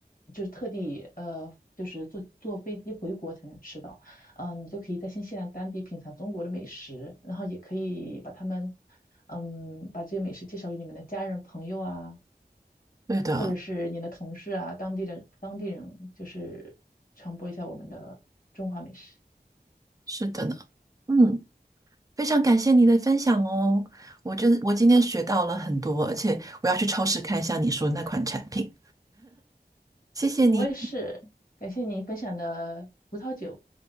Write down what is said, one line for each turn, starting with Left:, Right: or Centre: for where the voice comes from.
Left: 就是特地呃，就是坐坐飞机回国才能吃到，嗯，你就可以在新西兰当地品尝中国的美食，然后也可以把他们嗯，把这些美食介绍给你们的家人朋友啊，
Right: 对的，
Left: 或者是你的同事啊，当地的当地人，就是传播一下我们的中华美食。
Right: 是的呢，嗯。非常感谢你的分享哦，我真我今天学到了很多，而且我要去超市看一下你说的那款产品，谢谢你。
Left: 我也是，感谢你分享的葡萄酒。